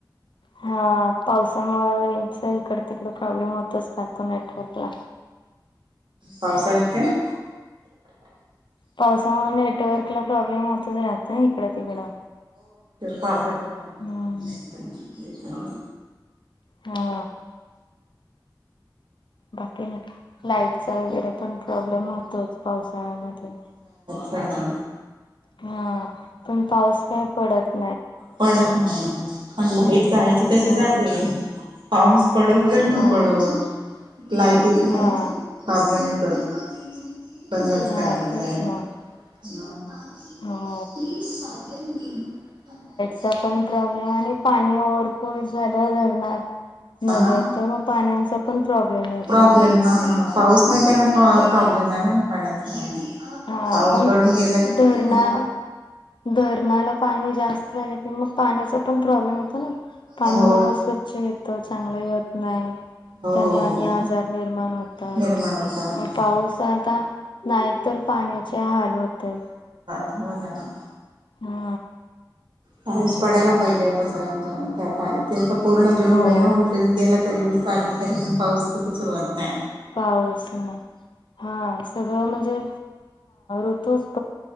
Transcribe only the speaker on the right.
पावसाळ्यांत कायं
पावसांत प्रॉब्लेम
असतों न
का <unintelligible>
पडतं म्हटलं पणं लाईट जांयची तशी
जाते पाऊस पंडो वगैरे
न पडो लायटींच कांहीं
प्रॉब्लेम येतोच बंदच
करतांत
कायं
तसं
सांग <unintelligible>
हा
प्रॉब्लेम हा पाऊस नाहीं त्यांनां प्रॉब्लेम आहे नां पाण्याचा
पाऊस
पडून गेला
की
हो
हो
निर्माण होतात
त हो जा <unintelligible>
पाऊस
पडायला
पाहिजे आंता सगळ्यांच्या मंग आता इथं पूर्ण
जून महिना उलटूंन गेला तरी साल तरी पणं पाऊस तर सुरुवात नाहीं